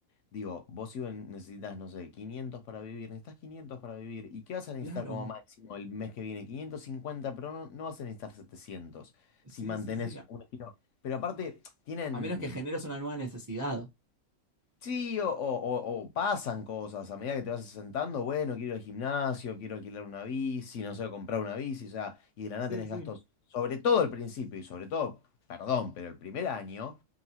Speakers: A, on the left; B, on the right.
A: digo, vos si ven- necesitas, no sé, 500 para vivir, necesitas 500 para vivir, ¿y qué vas a necesitar
B: Claro.
A: como máximo el mes que viene? quinientos cincuenta pero no, no vas a necesitar 700
B: Sí,
A: si mantenés
B: sí, sí. A,
A: un estilo. Pero aparte, tienen
B: a menos que generes una nueva necesidad.
A: Sí, o, o- o- o pasan cosas a medida que te vas asentando, bueno, quiero ir al gimnasio, quiero alquilar una bici, no sé, comprar una bici, o sea, y de la nada
B: Sí,
A: tenés
B: sí.
A: gastos, sobre todo al principio y sobre todo, perdón, pero el primer año